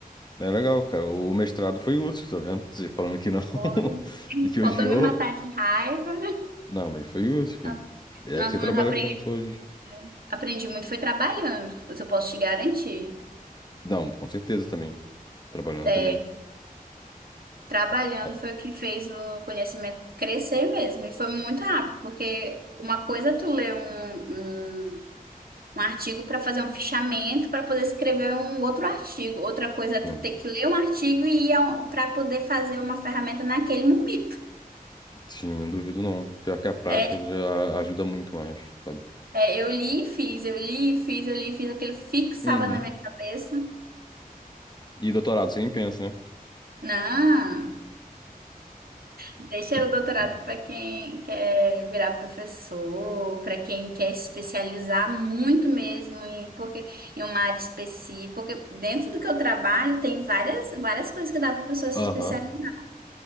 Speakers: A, on the left (about 30°); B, on the right (about 75°).
A: É legal, cara. O mestrado foi útil, tá vendo? Você falando que não
B: Foi.
A: <laughs> e que odiou.
B: Faltou me matar de raiva.
A: Não, mas foi útil. Foi...
B: <laughs>
A: É
B: Nós
A: que você
B: vamos
A: trabalha
B: apre
A: com isso hoje.
B: aprendi muito, foi trabalhando, isso eu posso te garantir.
A: Não, com certeza também. Trabalhando
B: É,
A: também.
B: trabalhando
A: É,
B: foi o que fez o conhecimento crescer mesmo. E foi muito rápido, porque uma coisa é tu ler um, um Um artigo para fazer um fichamento para poder escrever um outro artigo. Outra coisa é tu
A: Sim,
B: ter que ler um artigo e ir para poder fazer uma ferramenta naquele momento.
A: sim, não duvido não. Pior que a prática
B: É, tipo,
A: já ajuda muito mais, sabe?
B: é, eu li e fiz, eu li e fiz, eu li e fiz, aquilo fixava
A: Uhum.
B: na minha cabeça.
A: E doutorado, você nem pensa, né?
B: Não, deixa
A: <laughs>
B: o doutorado para quem quer virar professor, para quem quer especializar muito mesmo em, porque, em uma área específica. Porque dentro do que eu trabalho tem várias, várias coisas que dá para pessoa se
A: Aham.
B: especializar